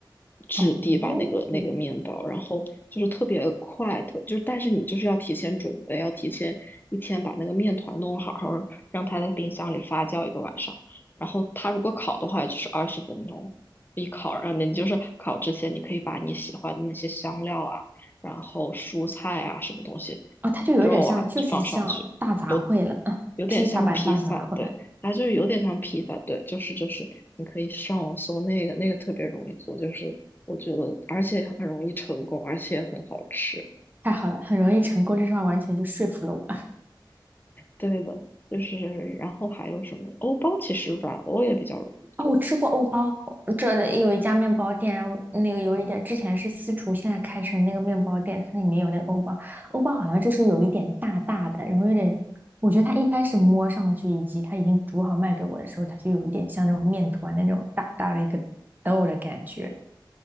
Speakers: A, on the left; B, on the right.
A: 质地吧，
B: 哦，
A: 那个那个面包，然后就是特别快，特就是，但是你就是要提前准备，要提前一天把那个面团弄好，然后让它在冰箱里发酵一个晚上，然后它如果烤的话就是二十分钟一烤，然后你就是烤之前你可以把你喜欢的那些香料啊，然后蔬菜啊什么东西，
B: 哦，它就有一点像，
A: 肉啊放上去，
B: 就是像大杂烩了，
A: 有
B: <laughs>
A: 有点像披萨，
B: 披萨版大杂烩。
A: 对。啊，就是有点像披萨，对，就是就是，你可以上网搜那个，那个特别容易做，就是我觉得，而且很容易成功，而且很好吃。
B: 太好了，很容易成功，这句话完全就说服了我。
A: 对的，就是然后还有什么欧包，其实软欧也比较容易做。
B: 哦，我吃过欧包，这里有一家面包店，然后那个有一点之前是私厨，现在开成那个面包店，它里面有那个欧包，欧包好像就是有一点大大的，然后有点，我觉得它一开始摸上去以及它已经煮好卖给我的时候，它就有一点像那种面团的那种大大的一个豆的感觉。